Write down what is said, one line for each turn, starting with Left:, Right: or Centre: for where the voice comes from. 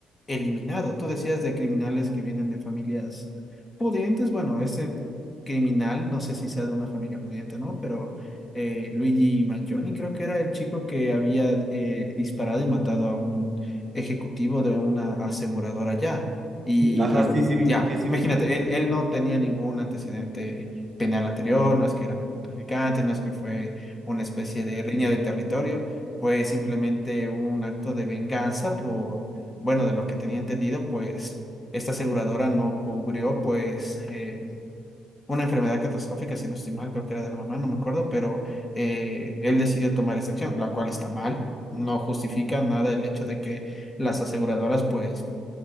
Left: eliminado. Tú decías de criminales que vienen de familias pudientes. Bueno, ese criminal, no sé si sea de una familia pudiente o no, pero eh, Luigi Mangione creo que era el chico que había eh, disparado y matado a un ejecutivo de una aseguradora ya. Y
Right: Ajá,
Left: la verdad,
Right: sí, sí,
Left: ya,
Right: vi, sí, sí,
Left: imagínate,
Right: vi. Ajá.
Left: él, él no tenía ningún antecedente penal anterior, no es que era narcotraficante, no es que fue una especie de riña de territorio, fue simplemente un acto de venganza por bueno, de lo que tenía entendido, pues esta aseguradora no cubrió pues eh, una enfermedad catastrófica, si no estoy mal, creo que era de la mamá, no me acuerdo, pero eh, él decidió tomar esta acción, la cual está mal. No justifica nada el hecho de que las aseguradoras pues